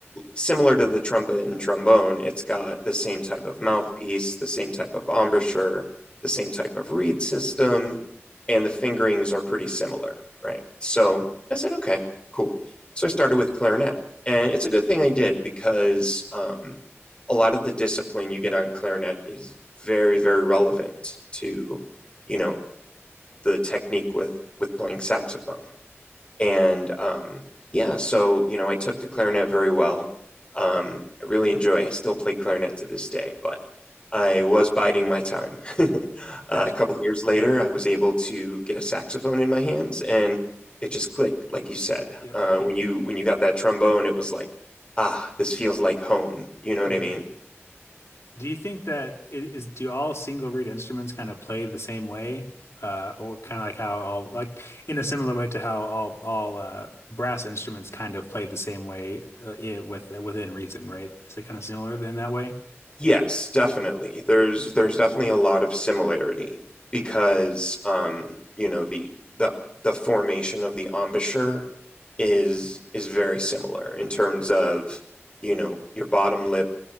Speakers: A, on the left; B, on the left.
A: similar to the trumpet and trombone, it's got the same type of mouthpiece, the same type of embouchure, the same type of reed system, and the fingerings are pretty similar, right? So I said, okay, cool. So I started with clarinet. And it's a good thing I did because um, a lot of the discipline you get on clarinet is very, very relevant to, you know, the technique with, with playing saxophone. And um, yeah, so you know, I took to clarinet very well. Um, I really enjoy. I still play clarinet to this day, but I was biding my time. <laughs> Uh,
B: Gotcha.
A: a couple of years later, I was able to get a saxophone in my hands, and it just clicked, like you said.
B: Yep.
A: Uh, when you when you got that trombone, it was like, ah, this feels like home. You know
B: hmm
A: what I mean?
B: Do you think that i- is do all single reed instruments kind of play the same way, uh, or kind of like how all like in a similar way to how all all uh, brass instruments kind of play the same way uh, it, with within reason, right? Is it kind of similar in that way?
A: Yes, definitely. There's there's definitely a lot of similarity because um, you know, the the the formation of the embouchure is is very similar in terms of, you know, your bottom lip